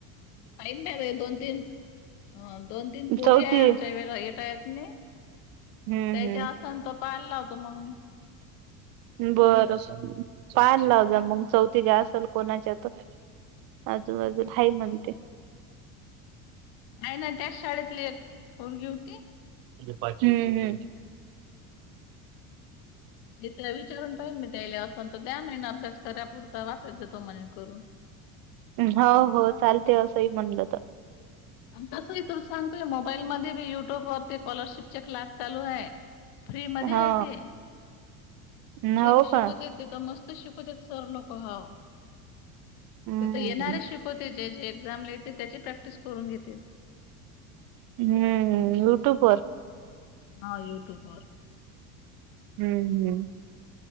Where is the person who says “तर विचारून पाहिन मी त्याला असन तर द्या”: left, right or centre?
Left